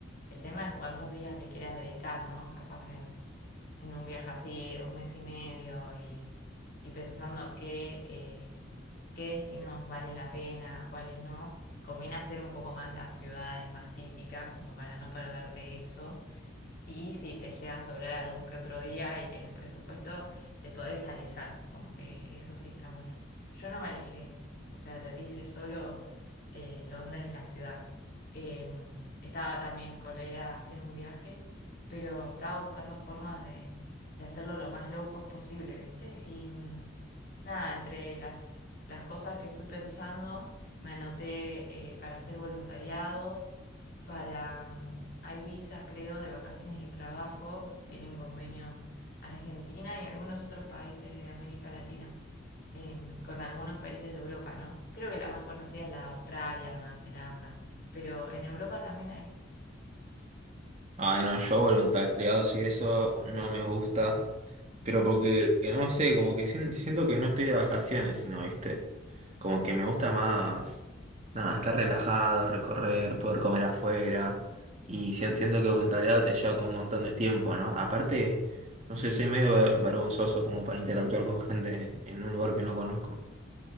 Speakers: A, on the left; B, on the right.
A: El tema es cuántos días le quieras dedicar, ¿no? Capaz en, en un viaje así de un mes y medio y, y pensando que... eh, qué destinos valen la pena, cuáles no. Conviene hacer un poco más las ciudades más típicas, como para no perderte eso. Y si te llega a sobrar algún que otro día y tenés presupuesto, te podés alejar, como que eso sí está bueno. Yo no me alejé, o sea, lo- hice solo eh, Londres, la ciudad. Em, estaba también con la idea de hacer un viaje, pero estaba buscando formas de, de hacerlo lo más low cost posible, ¿viste? Y mm, nada, entre las, las cosas que fui pensando, me anoté eh, para hacer voluntariados para, mm, hay visas, creo, de vacaciones y trabajo, tienen convenio Argentina y algunos otros países de América Latina, em, con algunos países de Europa, ¿no? Creo que la más conocida es la de Australia, Nueva Zelanda, pero en Europa también hay.
B: Ay, no, yo voluntariados y eso no me gusta, pero porque, eh, no sé, como que sien- siento que no estoy de vacaciones, sino, viste, como que me gusta más, nada, estar relajado, recorrer, poder comer afuera, y sien- siento que voluntariado te lleva como un montón de tiempo, ¿no? Aparte, no sé, soy medio vergonzoso como para interactuar con gente en un lugar que no conozco.